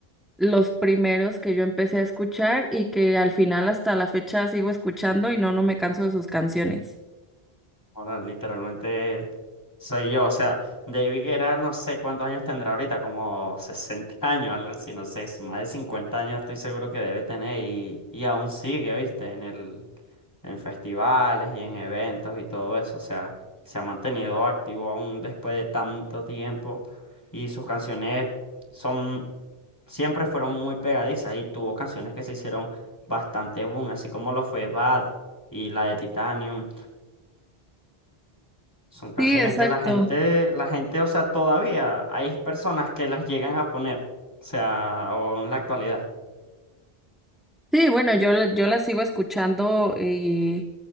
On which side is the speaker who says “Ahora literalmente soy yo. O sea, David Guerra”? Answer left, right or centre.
Left